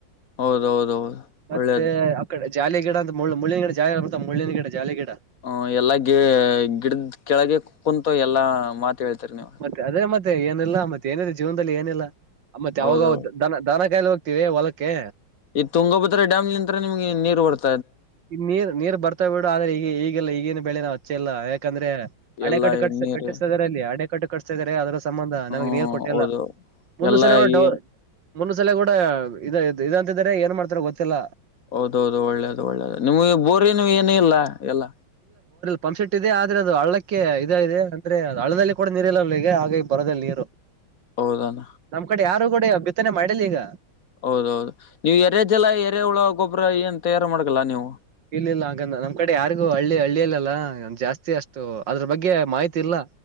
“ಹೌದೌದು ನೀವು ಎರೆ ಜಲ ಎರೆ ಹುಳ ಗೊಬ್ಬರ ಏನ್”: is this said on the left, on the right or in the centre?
Left